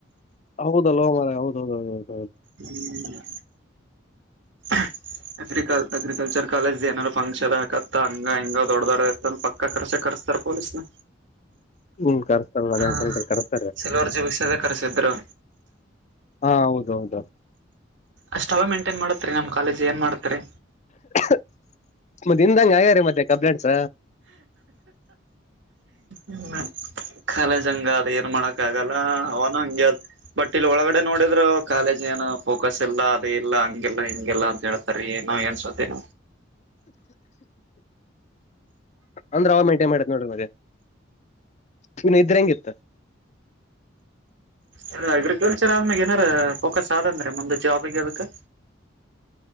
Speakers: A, on the left (about 35°); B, on the right (about 65°).
A: ಹೌದಲ್ ಮರ ಹೌದ -ಹೌದುೌೌದು
B: ಹ್ಮ್ <inaudible> ಅಗ್ರಿಕಲ್- ಅಗ್ರಿಕಲ್ಚರ್ ಕಾಲೇಜ್ ಏನಾದಾರರು ಫಂಕ್ಷನ್ ಆಕತ್ತ ಹಂಗ - ಹಂಗ ದೊಡ್ಡ -ದೊಡ್ಡ ಇತ್ತ ಪಕ್ಕ ಕರ್ಚ ಕರ್ಸ್ತಾರ ಪೊಲೀಸ್ನ
A: ಹ್ಮ್ ಕರ್ಸ್ತಾರ
B: ಹಾ
A: ಅದ ಕರೆಸ್ತಾರೆ <inaudible>
B: ಸಿಲ್ವರ್ ಜುಬಿಕ್ಸದ ಕರ್ಸಿದ್ರು
A: ಹಾ ಹೌದ
B: ಅಷ್ಟ ಅವ ಮೈಂಟೈನ್ ಮಾಡತ್ರಿ ನಮ್ ಕಾಲೇಜ್ ಏನ್ ಮಾಡತರಿ
A: <inaudible> ಮತ್ತೆ ನಿನ್ದಂಗಗೆ ಆ್ಯಾರೀ ಮತ್ತೆ ಕಬ್ಲೆಟ್ಸ
B: ಹ್ಮ ಕಾಲೇಜ್ ಹಂಗ ಅದ್ ಏನ್ ಮಾಡಕ್ ಆಗಲ್ಲ ಅವನು ಹಂಗಗೆ ಅ್ ಬಟ್ ಇಲ್ಲಿ ಒಳಗಡೆ ನೋಡಿದ್ರು ಕಾಲೇಜ್ ಏನು ಫೋಕಸ್ ಇಲ್ಲ ಅದೇ ಇಲ್ಲ ಹಂಗಿಲ್ಲಾ ಹಿಂಗಗೆಿಲ್ಲ ಅಂತ ಹೇಳ್ತಾರ ನ ಏನ್ಸತ್ತ
A: ಅಂದ್ರೆ ಅವ ಮೇಂಟೈನ್ ಮಾಡ್ಯತ್ ನೋಡ್ರಿ ಮಗೆ ಇವನ್ ಇದ್ರ ಹೆಂಗಿತ್ತ
B: ಇ ಅಗ್ರಿಕಲ್ಚರ್ ಆದ್ಮ್ಯಾಗ ಏನಾರ ಫೋಕಸ್ ಆದೇನ್್ರೀ ಮುಂದ ಜಾಬಗ ಅದಕ್ಕೆ